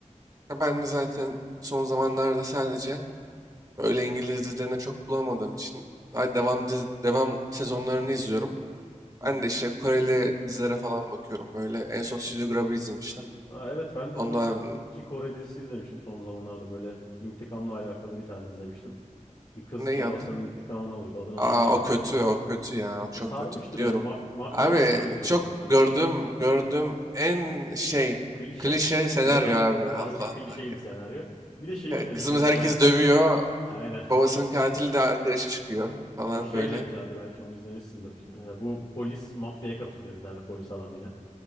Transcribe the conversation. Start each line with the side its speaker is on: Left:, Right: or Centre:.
Right: Ha, ben de zaten son zamanlarda sadece öyle İngiliz dizilerine çok bulamadığım için daha devam diz- devam sezonlarını izliyorum.
Left: Hı
Right: Ben
Left: hı.
Right: de işte Koreli dizilere falan bakıyorum böyle. En son Studio Grab'ı izlemiştim.
Left: Ha, evet ben de
Right: Ondan
Left: son iki Kore dizisi izlemiştim son zamanlarda böyle intikamla alakalı bir tane izlemiştim. Bir kız
Right: ne
Left: babasının
Right: adı?
Left: intikamını alıyordu adını hatırlamıyorum.
Right: Aa o kötü, o kötü ya. O çok
Left: Ya sarmıştı
Right: kötü. Biliyorum.
Left: beni. Bu maf- mafya
Right: Abi
Left: babası öldürüyordu
Right: çok
Left: babasını.
Right: gördüm, gördüm en şey
Left: Klişe,
Right: klişe senaryo
Left: değil mi?
Right: abi.
Left: Birazcık
Right: Allah
Left: klişeydi
Right: Allah ya.
Left: senaryo. Bir de şey
Right: Ya
Left: izlemişim.
Right: Kızımız
Left: O
Right: herkes
Left: da bence
Right: dövüyor.
Left: aynen.
Right: Babasının
Left: <laughs>
Right: katili de arkadaşı çıkıyor falan
Left: O şey
Right: böyle.
Left: de güzeldi. Belki onu izlemişsindir. Ee, bu polis mafyaya katılıyor bir tane polis adam yine.